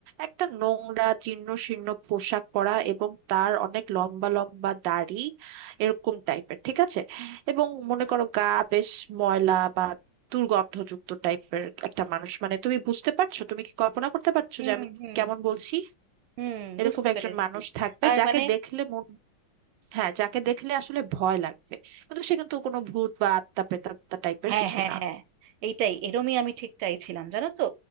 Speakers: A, on the right; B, on the right.
A: একটা নোংরা জীর্ণ শীর্ণ পোশাক পরা এবং তার অনেক লম্বা লম্বা দাড়ি এরকম টাইপের ঠিক আছে এবং মনে করো গা বেশ ময়লা বা দুর্গন্ধযুক্ত টাইপের একটা মানুষ মানে তুমি বুঝতে পারছো তুমি কি কল্পনা করতে পারছো
B: হুম
A: যে আমি
B: হুম
A: কেমন
B: হুম
A: বলছি
B: হুম
A: এরকম
B: বুঝতে
A: একজন
B: পেরেছি
A: মানুষ থাকবে
B: আর
A: যাকে
B: মানে
A: দেখলে মন হ্যাঁ যাকে দেখলে আসলে ভয় লাগবে কিন্তু সে কিন্তু কোনো ভূত বা আত্মা প্রেতাত্মা টাইপের
B: হ্যাঁ
A: কিছু
B: হ্যাঁ
A: না
B: হ্যাঁ এইটাই এরমই আমি ঠিক চাইছিলাম জানো তো